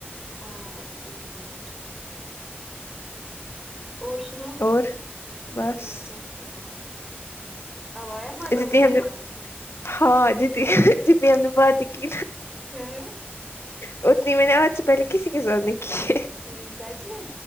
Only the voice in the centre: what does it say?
ہاں ابھی ایک منٹ ہے اور سنا
اور کیا سناو آواز مزہ
مجھ سے
بعد
ہاں
ہ سچ میں